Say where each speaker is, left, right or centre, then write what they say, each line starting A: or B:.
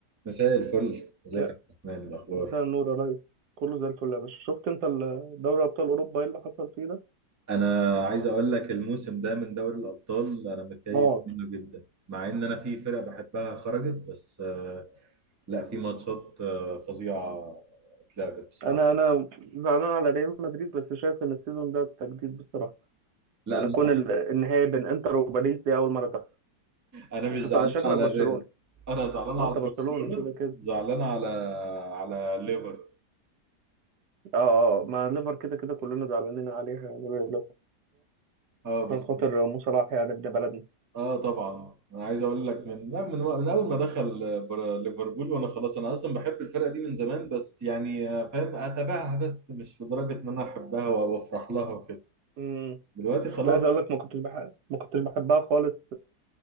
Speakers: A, on the right (about 20°); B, on the right (about 75°).
A: مساء الفل ازيك
B: يا
A: يا عبد الرحمن إيه الاخبار
B: مساء النور يا ريس كله زي الفل يا باشا شفت انت ال- دوري ابطال اوروبا ايه اللي حصل فيه ده
A: انا عايز اقول لك الموسم ده من دوري الابطال انا متكيف
B: اه
A: منه جدا مع ان انا في فرق بحبها خرجت بس آه، لا في ماتشات آه، فظيعه اتلعبت بصراحه
B: انا انا زعلان على ريال مدريد بس شايف ان السيزون ده تجديد بصراحه
A: لا
B: يعني
A: انا
B: كون
A: زعلان
B: ال- النهائي بين انتر وباريس دي اول مره تحصل
A: انا مش
B: انت
A: زعلان
B: شكلك
A: على
B: برشلوني
A: الريال انا زعلان
B: ما
A: على
B: انت برشلوني
A: برشلونه
B: كده كده
A: زعلان على على ليفر
B: اه اه مع ليفر كده كده كلنا زعلانين عليها يعني ليفر.
A: اه بس
B: عشان خاطر مو صلاح يعني ابن بلدنا
A: اه طبعا انا عايز اقول لك من لا، من من اول ما دخل آه، بر- ليفربول وانا خلاص انا اصلا بحب الفرقه دي من زمان بس يعني آه، فاهم اتابعها بس مش لدرجه ان انا احبها و- وافرح لها وكده
B: امم
A: دلوقتي خلاص
B: لا عايز اقول لك ما كنتش بحب ما كنتش بحبها خالص